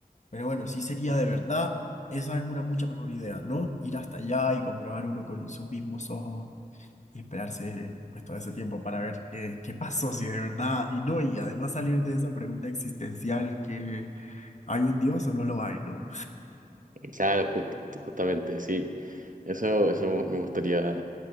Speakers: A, on the left; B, on the right.
A: pero bueno, sí sería de verdad, esa es una mucha mejor idea, ¿no? Ir hasta allá y comprobar uno con sus mismos ojos y esperarse pues todo ese tiempo para ver qué, qué pasó, si de verdad, y no, y además salir de esa pregunta existencial que hay un Dios o no lo hay, ¿no?
B: Claro, jus- jus- justamente, sí. Eso, eso me gustaría,